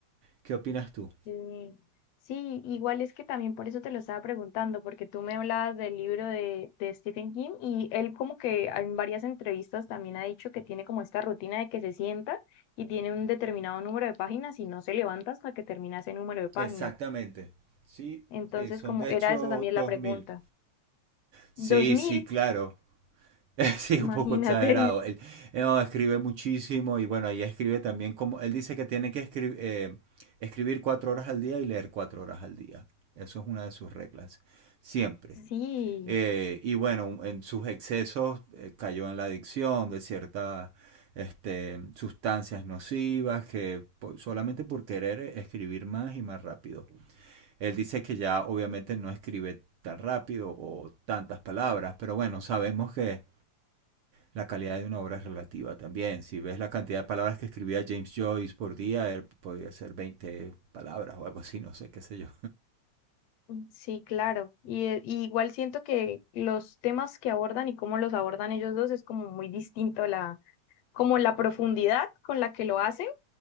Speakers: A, on the right; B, on the left.
A: ¿Qué opinas tú?
B: Sí, sí, igual es que también por eso te lo estaba preguntando, porque tú me hablabas del libro de, de Stephen King y él como que en varias entrevistas también ha dicho que tiene como esta rutina de que se sienta y tiene un determinado número de páginas y no se levanta hasta que termina ese número de páginas.
A: Exactamente. Sí,
B: Entonces,
A: sí, son
B: como
A: de
B: era
A: hecho
B: esa también la
A: dos
B: pregunta.
A: mil Sí,
B: Dos mil,
A: sí, claro. <laughs> Sí,
B: <laughs> imagínate.
A: un poco exagerado. Él, él no, escribe muchísimo y bueno, ahí escribe también como, él dice que tiene que escri- eh, escribir cuatro horas al día y leer cuatro horas al día. Eso es una de sus reglas, siempre.
B: Sí,
A: Eh, y bueno, en sus excesos eh, cayó en la adicción de ciertas este, sustancias nocivas que po- solamente por querer escribir más y más rápido. Él dice que ya obviamente no escribe tan rápido o tantas palabras, pero bueno, sabemos que la calidad de una obra es relativa también. Si ves la cantidad de palabras que escribía James Joyce por día, él podía hacer 20 palabras o algo así, no sé, qué sé yo.
B: sí, claro. Y, eh, y igual siento que los temas que abordan y cómo los abordan ellos dos es como muy distinto como la profundidad con la que lo hacen.